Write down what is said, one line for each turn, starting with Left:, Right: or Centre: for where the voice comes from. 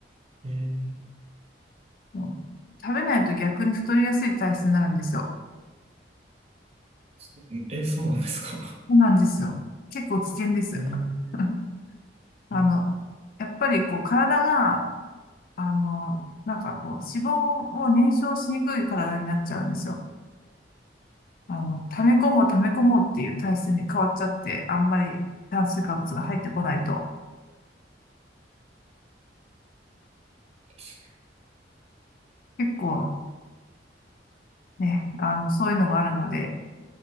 Right: え
Left: うん食べないと逆に太りやすい体質になるんですよ。
Right: ー、え、そうなんですか。
Left: そうなんですよ。結構危険ですよ。
Right: えー、
Left: <laughs> あの、
Right: うん
Left: やっぱりこう、体が、あの、なんかこう、脂肪を燃焼しにくい体になっちゃうんですよ。あの、溜め込もう溜め込もうっていう体質に変わっちゃって、あんまり炭水化物が入ってこないと、
Right: ですね。
Left: 結構ね、あの、そういうのがあるので、